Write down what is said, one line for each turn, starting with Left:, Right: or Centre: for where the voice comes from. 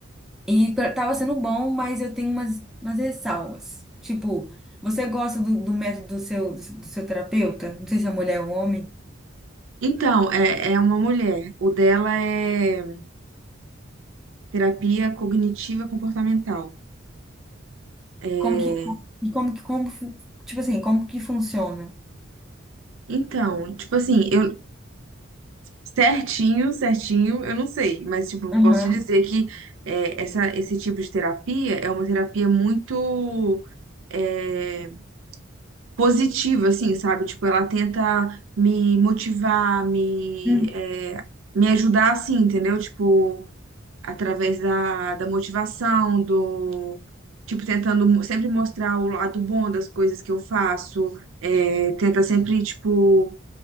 Centre: E t- tava sendo bom, mas eu tenho umas, umas ressalvas. Tipo, você gosta do, do método do seu, do seu terapeuta? Não sei se é mulher ou homem.
Right: Então, é, é uma mulher. O dela é terapia cognitiva comportamental. É,
Centre: Como que, e como que, como, fu- tipo assim, como que funciona?
Right: Então, tipo assim, eu certinho, certinho, eu não sei, mas tipo,
Centre: Aham.
Right: posso te dizer que é, essa, esse tipo de terapia é uma terapia muito é, positiva, assim, sabe? Tipo, ela tenta me motivar, me,
Centre: Uhum.
Right: é, me ajudar, assim, entendeu? Tipo, através da, da motivação, do tipo, tentando mo- sempre mostrar o lado bom das coisas que eu faço, é, tenta sempre, tipo,